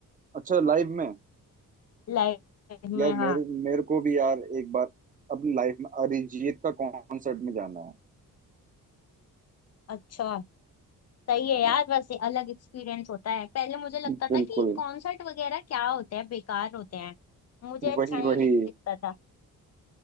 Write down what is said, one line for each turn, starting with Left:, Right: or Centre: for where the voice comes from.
Right: अच्छा लाइव में
Left: लाइफ में
Right: यार
Left: हाँ
Right: मेरे मेरे को भी यार एक बार अपनी लाइफ में अरिजीत का कॉन्सर्ट में जाना है
Left: अच्छा सही
Right: हाँ
Left: है यार वैसे अलग एक्सपीरियंस होता है पहले मुझे लगता
Right: बिल्कुल
Left: था कि कॉन्सर्ट वगैरह क्या होते हैं बेकार होते हैं मुझे अच्छा
Right: वही
Left: नहीं
Right: वही
Left: लगता था